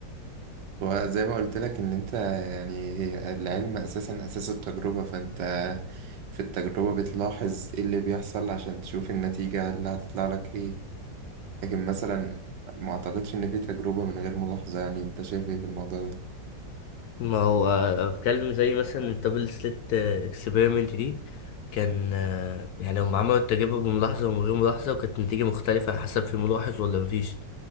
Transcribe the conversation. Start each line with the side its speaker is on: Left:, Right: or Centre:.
Right: وزي ما قلت لك ان انت يعني هي- العلم اساسا اساس التجربة فانت في التجربة بتلاحظ ايه اللي بيحصل عشان تشوف النتيجة اللي هتطلع لك ايه لكن مثلا ما اعتقدش ان في تجربة من غير ملاحظة يعني انت شايف ايه في الموضوع ده
Left: ما هو آه، بتكلم زي مثلا الدبل سليت اكسبيرمنت دي كان آه، يعني هم عملوا التجربة بملاحظة ومن غير ملاحظة وكانت النتيجة مختلفة على حسب في ملاحظ ولا مفيش